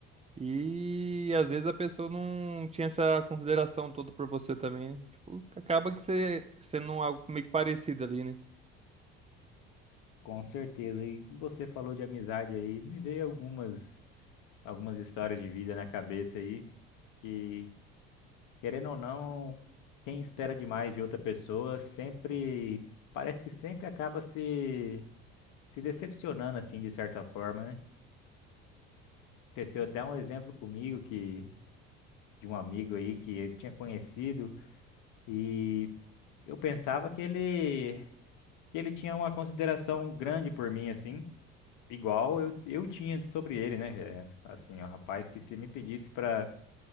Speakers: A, on the right (about 20°); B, on the left (about 65°).
A: E às vezes a pessoa não tinha essa consideração toda por você também, né? Tipo, acaba que você sendo algo meio que parecido ali, né?
B: Com certeza. E que você falou de amizade aí, me veio algumas algumas histórias de vida na cabeça aí que, querendo ou não, quem espera demais de outra pessoa sempre parece que sempre acaba se se decepcionando assim de certa forma, né? Aconteceu até um exemplo comigo que de um amigo aí que eu tinha conhecido e eu pensava que ele que ele tinha uma consideração grande por mim assim. Igual eu, eu tinha sobre ele, né? É, assim, ó, rapaz, que se me pedisse pra